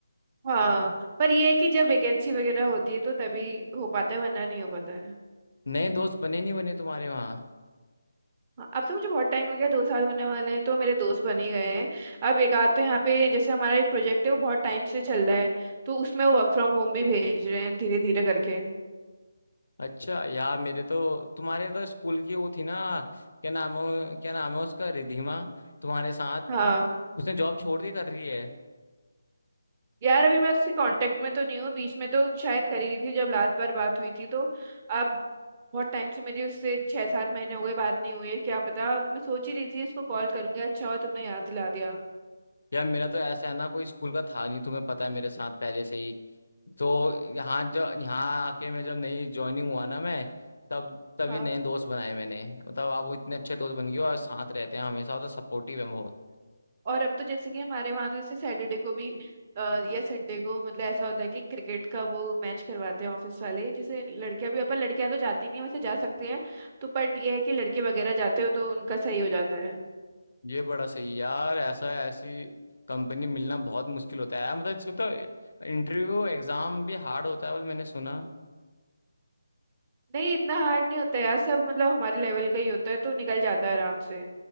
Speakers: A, on the right; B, on the left.
A: हाँ पर ये है कि जब वैकेंसी वगैरह होती है तो तभी हो पाता है वरना नहीं हो पाता है
B: नए दोस्त बने नहीं बने तुम्हारे वहाँ
A: हाँ, अब तो मुझे बहुत टाइम हो गया दो साल होने वाले हैं तो मेरे दोस्त बन ही गए हैं अब एक आध तो यहाँ पे जैसे हमारा एक प्रोजेक्ट है वो बहुत टाइम से चल रहा है तो उसमें वो वर्क फ्रॉम होम भी भेज रहे हैं धीरे धीरे करके
B: अच्छा यार मेरे तो तुम्हारे तो स्कूल की वो थी ना क्या नाम है क्या नाम है उसका रिधिमा तुम्हारे साथ
A: हाँ
B: उसने जॉब छोड़ दी कर रही है
A: यार अभी मैं उसके कांटेक्ट में तो नहीं हूँ बीच में तो शायद कर ही रही थी जब लास्ट बार बात हुई थी तो अब बहुत टाइम से मेरी उससे छह सात महीने हो गए बात नहीं हुई है क्या पता मैं सोच ही रही थी इसको कॉल करूंगी अच्छा हुआ तुमने याद दिला दिया
B: यार मेरा तो ऐसा है ना कोई स्कूल का था नहीं तुम्हें पता है मेरे साथ पहले से ही तो यहाँ जब यहाँ आके मैं जब नई ज्वाइनिंग हुआ ना मैं तब तभी
A: हाँ
B: नए दोस्त बनाए मैंने मतलब आप वो इतने अच्छे दोस्त बन गए हो और साथ रहते हैं हमेशा और तो सपोर्टिव है बहुत
A: और अब तो जैसे कि हमारे वहाँ तो जैसे सैटरडे को भी अ, या संडे को मतलब ऐसा होता है कि क्रिकेट का वो मैच करवाते हैं ऑफिस वाले जैसे लड़कियां भी अपन लड़कियां तो जाती नहीं है वैसे जा सकती हैं तो पर ये है कि लड़के वगैरह जाते हो तो उनका सही हो जाता है
B: ये बड़ा सही यार ऐसा ऐसी कंपनी मिलना बहुत मुश्किल होता है यार मतलब इसको तो इंटरव्यू एग्जाम भी हार्ड होता है बल मैंने सुना
A: नहीं इतना हार्ड नहीं होता यार सब मतलब हमारे लेवल का ही होता है तो निकल जाता है आराम से